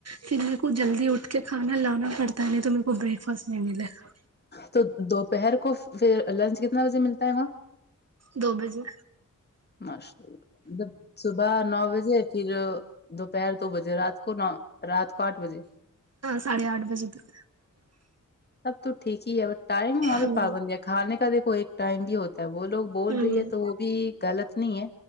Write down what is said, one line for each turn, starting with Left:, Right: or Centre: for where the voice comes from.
Right: پھر میرے کو جلدی اٹھ کے کھانا لانا پڑتا ہے نہیں تو میرے کو بریک فاسٹ نہیں ملے گا
Left: تو دوپہر کو فر لنچ کتنا بجے ملتا ہے وہاں
Right: دو بجے
Left: ماشاء اللہ مطلب صبح نو بجے پھر دوپہر دو بجے رات کونہ رات کو آٹھ بجے
Right: ہاں ساڈ ھے آٹھ بجے تک
Left: سب تو ٹھیک ہی ہے ب ٹائم وہاں پہ
Right: ہوں
Left: پابندی ہے کھانے کا دیکھو ایک ٹائم بھی ہوتا ہے وہ لوگ بول
Right: ہوں
Left: رہی ہے تو وہ بھی غلط نہیں ہے